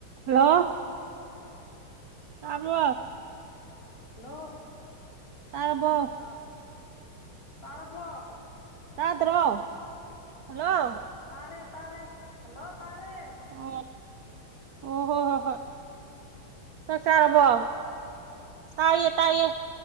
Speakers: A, on the right (about 70°); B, on the left (about 45°).
A: hello ꯇꯥꯕ꯭ꯔꯣ
B: hello
A: ꯇꯥꯔꯕꯣ
B: <unintelligible> ꯇꯥꯔꯕꯣ
A: ꯇꯥꯗ꯭ꯔꯣ ꯍꯜꯂꯣ
B: ꯇꯥꯔꯦ ꯇꯥꯔꯦ ꯍꯜꯂꯣ ꯇꯥꯔꯦ
A: ꯑꯣ ꯑꯣ ꯍꯣꯏ ꯍꯣꯏ ꯍꯣꯏ ꯆꯥꯛ ꯆꯥꯔꯕꯣ
B: ꯇꯥꯔꯕꯣ
A: ꯇꯥꯏꯌꯦ ꯇꯥꯏꯌꯦ